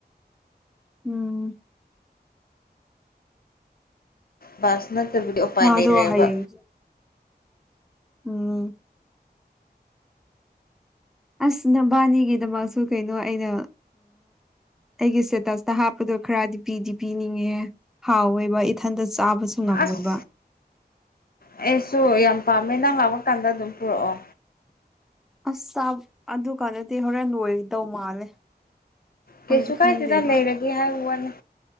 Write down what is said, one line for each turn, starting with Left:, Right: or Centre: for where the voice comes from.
Centre: ꯎꯝ
Left: ꯕꯥꯁꯅꯕ ꯑꯣꯄꯥꯟꯅꯔꯦꯕ
Centre: ꯃꯥꯗꯣ ꯍꯌꯦꯡ ꯎꯝ ꯑꯁ ꯅꯕꯥꯅꯤꯒꯤꯗꯃꯛꯁꯨ ꯀꯩꯅꯣ ꯑꯩꯅ ꯑꯩꯒꯤ ꯁꯇꯦꯇꯁꯇ ꯍꯥꯞꯄꯗꯣ ꯈꯔꯗꯤ ꯄꯤꯗꯤ ꯄꯤꯅꯤꯡꯉꯦ ꯍꯥꯎꯋꯦꯕ ꯏꯊꯟꯇ ꯆꯥꯕꯁꯨ ꯉꯝꯃꯣꯏꯕ
Left: ꯑꯁ ꯑꯩꯁꯨ ꯌꯥꯝ ꯄꯥꯝꯃꯦ ꯅꯍꯪ ꯂꯥꯛꯄ ꯀꯥꯟꯗ ꯑꯗꯨꯝ ꯄꯨꯔꯛꯑꯣ
Centre: ꯑꯁ ꯑꯗꯨ ꯀꯥꯟꯅꯗꯤ ꯍꯣꯔꯦꯟ ꯂꯣꯏꯗꯧ ꯃꯥꯜꯂꯦ ꯈꯪꯗꯤ
Left: ꯀꯩꯁꯨ ꯀꯥꯏꯗꯗ
Centre: ꯈꯪꯗꯦꯕ
Left: ꯂꯩꯔꯒꯦ ꯍꯥꯏꯕ ꯋꯥꯠꯅꯤ